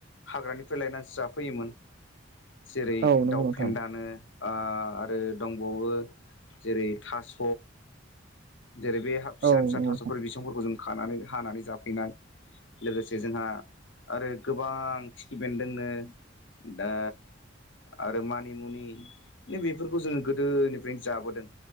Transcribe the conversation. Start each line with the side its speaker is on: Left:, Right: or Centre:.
Left: हाग्रानिफ्राय लायनानैसो जाफैयोमोन जेरै
Right: औ नंगौ
Left: दाउ
Right: नोंथां
Left: फेन्दानो ओह आरो दंबावो जेरै थास' जेरै बे फिसा
Right: औ
Left: फिसा
Right: नंगौ
Left: थास'फोर
Right: नोंथां
Left: बिसंफोरखौ जों खानानै हानानै जाफैनाय लोगोसे जोंहा आरो गोबां खिफि बेन्दोंनो ओ आरो मानिमुनि बेफोरखौ जोङो गोदोनिफ्रायनो जाबोदों